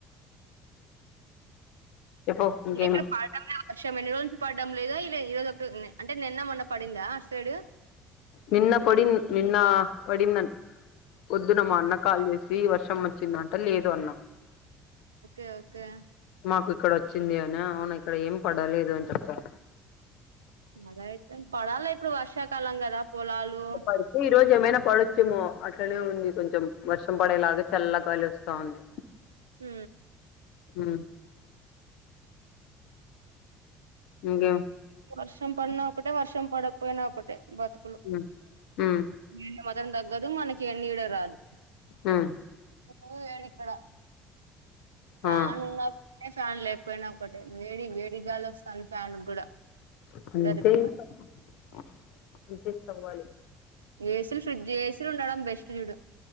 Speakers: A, on the left (about 65°); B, on the right (about 80°).
A: చెప్పు ఇంకేమి
B: ఇక్కడ పడటం లెవ్ వర్షం ఎన్ని రోజు పడడం లేదా ఇ ఈ రోజు ఒకటి అంటే నిన్న మొన్న పడిందా అటు సైడు
A: నిన్న పడి నిన్న పడిందన్ పొద్దున్న మా అన్న కాల్ చేసి పి వర్షం వచ్చిందంటే లేదు అన్నాం
B: ఒకే ఒకే
A: మాకు ఇక్కడ వచ్చింది అని అవునా ఇక్కడ ఏం పడలేదు అని చెప్పారు
B: అలా అయితే పడాలా ఇప్పుడు వర్షాకాలం కదా పొలాలు
A: పడుతు ఈ రోజ ఏమైనా పడు కొంచెము అట్లనే ఉంది కొంచెం వర్షం పడేలాగా చల్ల గాలి వస్తా ఉంది
B: ఊ
A: ఉమ్ ఇంకా
B: వర్షం పడినా ఒకటే వర్షం పడపోయినా ఒకటే బతుకులు
A: ఉమ్ ఉమ్
B: మీ వ అ <unintelligible> తగ్గదు మనకి ఎన్నిడ రాదు
A: ఆ
B: ఊ ఏడిక్కడా తా
A: ఆ
B: ను ఫ్యాన్ లేకపోయినా ఒకటే వేడి వేడిగాలి వస్తాంది ఫ్యాన్ కి కూడా
A: అంతే
B: దరిద్రం
A: ఇంక అంత తీస్క పోవాలి
B: ఏసీలు ఫ్రిడ్జ్ ఏసీలు ఉండడం బెస్ట్ చూడు